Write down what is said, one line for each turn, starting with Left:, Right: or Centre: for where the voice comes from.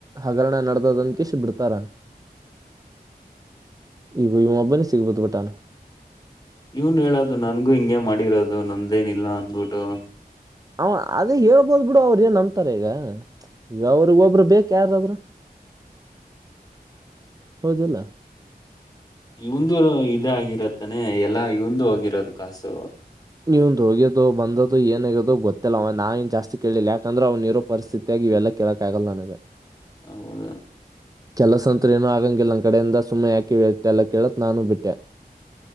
Right: ಹಗರಣ ನಡದದ ಅಂದಕೆಶಿ ಬಿಡ್ತಾರ. ಈಗ ಇವೊಬ್ಬನೆ ಸಿಗಿಬಿದ್ದ್ ಬಿಟ್ಟನ.
Left: ಇವ್ನ್ ಹೇಳೋದು ನನ್ಗೂ ಹಿಂಗೆ ಮಾಡಿರೋದು ನಂದ್ದೇನ ಇಲ್ಲ ಅಂದ್ಬಿಟ್ಟು.
Right: ಹ ಅದೇ ಹೇಳ್ಬೋದ ಬಿಡು ಅವ್ರ ಏನ್ ಅಂತಾರ ಈಗ ಈಗ ಅವ್ರಗ ಒಬ್ರು ಬೇಕ ಯಾರಾದ್ರು. <inaudible> ಹೌದಿಲ್ಲ.
Left: ಇವಂದು ಇದ ಆಗಿರದತ್ತಾನೆ ಎಲ್ಲಾ ಇವಂದು ಹೋಗಿರೋದು ಕಾಸು.
Right: ಇವಂದು ಹೋಗ್ಯೋದು ಬಂದದೋ ಏನ ಆಗ್ಯದೋ ಗೊತ್ತಿಲ್ಲ ಅವ ನಾ ಎನ್ ಜಾಸ್ತಿ ಕೇಳಿಲ್ಲ. ಯಾಕಂದ್ರೆ ಅವ್ನು ಇರೋ ಪರಿಸ್ಥಿತಿ, ತಗಿ ಇವೆಲ್ಲ ಕೆೇಳಕ್ ಆಗಲ್ಲ ನನಗ.
Left: <unintelligible>
Right: ಕೆಲಸ ಅಂತ್ರು ಏನೋ ಆಗಂಗಿಲ್ಲ ನನ್ ಕಡೆಯಿಂದ ಸುಮ್ಮನೆ ಯಾಕಿ ಎಲ್ಲಾ ಕೇಳತ್ ನಾನು ಬಿಟ್ಟೆ.